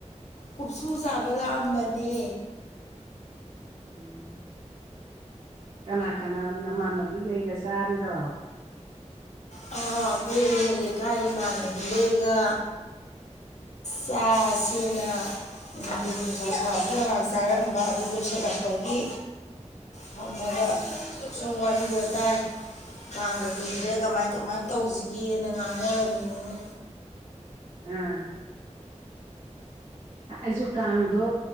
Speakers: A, on the left; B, on the right.
A: ꯀꯨꯞꯁꯨ ꯆꯥꯕ ꯂꯥꯛꯑꯝꯕꯅꯦ꯫
B: ꯎꯝ ꯀꯅꯥ ꯀꯅꯥ ꯅꯃꯥꯟꯅꯕꯤꯒꯩꯒ ꯆꯥꯔꯤꯔꯣ
A: ꯑꯩꯈꯣꯏꯒꯤ ꯂꯩꯀꯥꯏ ꯏꯃꯥꯟꯅꯕꯤꯗꯩꯒ ꯆꯥꯛꯁꯤꯅ ꯅꯨꯡꯊꯤꯟ ꯊꯥ ꯁꯥꯕꯅ ꯉꯥꯏꯍꯥꯛ ꯆꯥꯔꯝꯕ ꯑꯗꯨ ꯂꯣꯏꯁꯤꯜꯂꯛꯄꯒꯤ ꯐꯝꯃꯒ ꯁꯨꯝ ꯋꯥꯔꯤ ꯋꯥꯇꯥꯏ ꯀꯥꯡꯒ ꯀꯨꯏꯗ꯭ꯔꯦ ꯀꯃꯥꯏꯅ ꯀꯃꯥꯏ ꯇꯧꯁꯤꯒꯦꯅ ꯉꯥꯡꯅꯔꯝꯃꯤꯅꯤꯅꯦ꯫
B: ꯎꯝ ꯑꯩꯁꯨ ꯀꯥꯡꯗꯣ